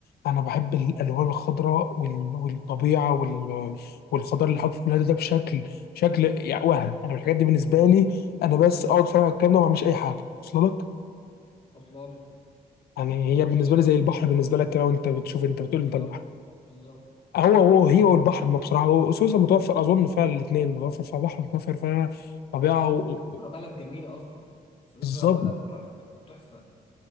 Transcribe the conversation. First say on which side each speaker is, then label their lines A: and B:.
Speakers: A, on the left (about 80°); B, on the left (about 35°).
A: أنا بحب الألوان الخضراء وال- والطبيعة وال- والخضار اللي حاطط في كل ده بشكل شكل يعني وهم أنا الحاجات دي بالنسبة لي أنا بس أقعد أتفرج على الكلام ده وما أعملش أي حاجة وصل لك؟
B: واصله لي
A: يعني هي بالنسبة لي زي البحر بالنسبة لك كده وأنت بتشوف أنت بتقول
B: بالظبط
A: أنت البحر
B: بالظبط
A: هو هو هي والبحر ما بصراحة هو سويسرا متوفر أظن فيها الاثنين متوفر فيها بحر متوفر فيها طبيعة و- و-
B: سويسرا بلد جميله اصلا سويسرا
A: بالظبط
B: بلد تحفه تحفه